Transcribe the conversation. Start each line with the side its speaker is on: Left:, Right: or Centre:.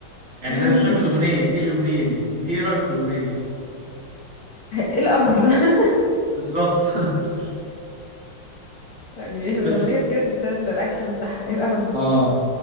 Right: يعني
Left: امم
Right: انا مش فاهم الاغنيه ايه الاغنيه دي انت ايه رايك في الاغنيه دي اصلا
Left: ايه القرف ده <laughs>
Right: بالظبط <laughs>
Left: يعني الاغنية
Right: بس
Left: بجد ده ال- الاكشن بتاعها ايه القرف ده
Right: اه